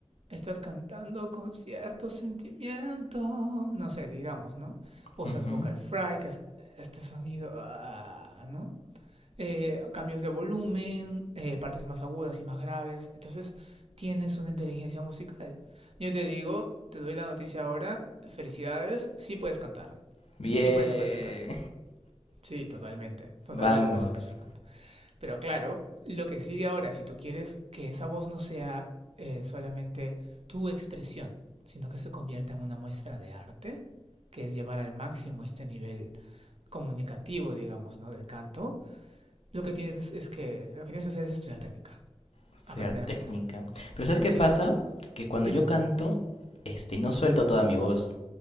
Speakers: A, on the right; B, on the left.
A: Estás cantando con cierto sentimiento, no sé, digamos, ¿no? Usas
B: ujú.
A: vocal fry, que es este sonido, ah, ¿no? eh, cambios de volumen, eh, partes más agudas y más graves. Entonces tienes una inteligencia musical. Yo te digo, te doy la noticia ahora, felicidades, sí puedes cantar,
B: Bien.
A: sí puedes aprender canto. Sí, totalmente, totalmente
B: Vamos,
A: puedes aprender canto. Pero claro, lo que sigue ahora, si tú quieres que esa voz no sea eh, solamente tu expresión, sino que se convierta en una muestra de arte, que es llevar al máximo este nivel comunicativo, digamos, ¿no? Del canto, lo que tienes es, es que lo que tienes que hacer es estudiar técnica,
B: a estudiar
A: aprender
B: técnica.
A: a cantar.
B: Pero ¿sabes qué
A: Sí,
B: pasa? Que cuando
A: dime.
B: yo canto, este, no suelto toda mi voz.